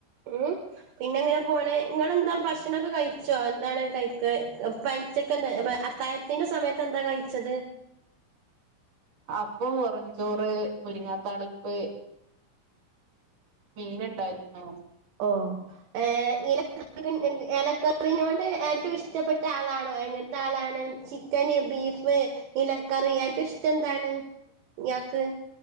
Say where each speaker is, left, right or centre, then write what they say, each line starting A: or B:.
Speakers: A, on the right; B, on the right.
A: ഏഹ് പിന്നെങ്ങനെ പോണ് ഇങ്ങളെന്താ ഭക്ഷണൊക്ക കഴിച്ചോ എന്താണ് കഴിക്ക് പെലച്ചക്ക് എന്താ അ അത്തായത്തിന്റെ സമയത്ത് എന്ത കഴിച്ചത്
B: അപ്പൊ വെറുഞ്ചോറ് മുരിങ്ങാത്താളിപ്പ് മീന് ഇണ്ടായിര്ന്നു
A: ഓഹ് ഏഹ് ഇല ഇലക്കറി കൊണ്ട് ഏറ്റവും ഇഷ്ടപ്പെട്ട ആളാണൊ എങ്ങൻത്ത ആളാണ് ചി ചിക്കന് ബീഫ് ഇലക്കറി ഏറ്റവും ഇഷ്ടം എന്താണ് ഇയാക്ക്